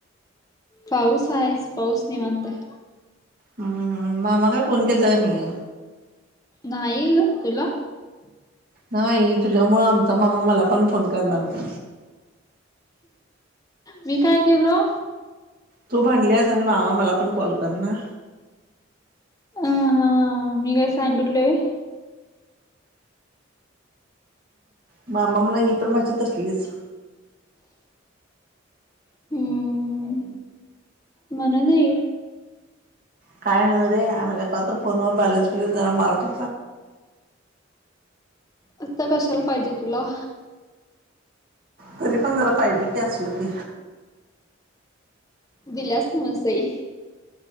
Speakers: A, on the left; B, on the right.
A: पाऊस आहे पाऊस नाही मानताय
B: हम् हम मामा काय फोन केला त काय नाही
A: नाही ग तुला
B: नाही तुझ्यामुळे आमचा मामा मला पण फोन करणार मग
A: मी काय केलो
B: तू भांडलीस आणि मामा मला पण कॉल कर ना
A: अ हा मी काय सांगितलय
B: मामा म्हणा ही पण भाची पन असलीच
A: हम्म म्हण जाईे
B: काय आहे ना रे आम्हाला त्या का तर फोनवर बॅलन्स बिलस जरा मारतो
A: आता कशाला पाहिजे तुला
B: तरी पण जरा पाहिजे की असलं की
A: दिलास सई